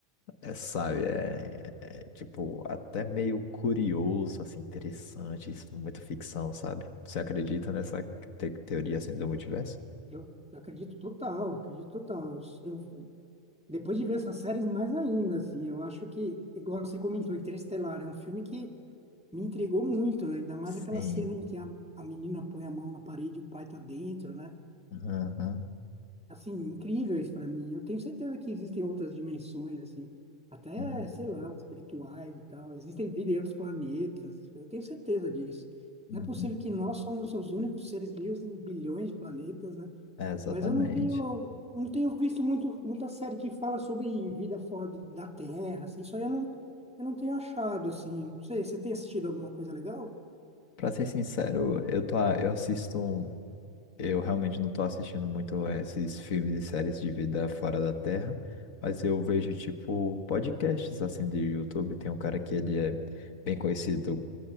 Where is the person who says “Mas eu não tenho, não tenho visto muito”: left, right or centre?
Centre